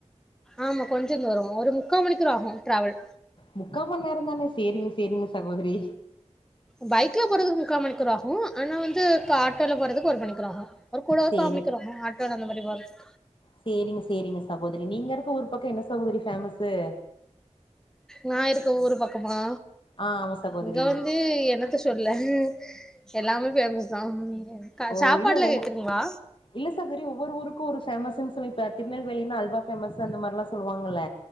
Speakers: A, in the centre; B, on the left.
A: ஆமா கொஞ்ச தூரோ ஒரு முக்கா மணி கூர் ஆகு டிராவல்
B: முக்கா மண் நேரந்தான சேரிங்க சேரிங்க சகோதரி
A: பைக்ல போறதுக்கு முக்கா மணிக்கூர் ஆகு ஆனா வந்து காட்டோல போறதுக்கு ஒரு மணிக்கூர் ஆகு ஒரு கூட
B: சேரி
A: கா மணி கூர் ஆகுங்க ஆட்டோல அந்த மாத்ரி வர்துக்கு
B: சேரிங்க சேரிங்க சகோதரி நீங்க இருக்கற ஊர் பக்கோ என்ன சகோதரி ஃபேமஸ்ஸு
A: நா இருக்க ஊரு பக்கமா
B: ஆ ஆமா சகோதரி
A: இங்க வந்து எனக் என்னத்த சொல்ல எல்லாமே ஃபேமஸ் தா க
B: ஓ
A: சாப்பாடுல
B: இல்ல ஒ
A: கேக்குறீங்களா
B: இல்ல சகோதரி ஒவ்வொரு ஊருக்கு ஒரு ஃபேமஸுன் சொல்லி இப்ப திருநெல்வேலின்னா அல்வா பேமஸு அந்த மாரில்லா சொல்லுவாங்கல்ல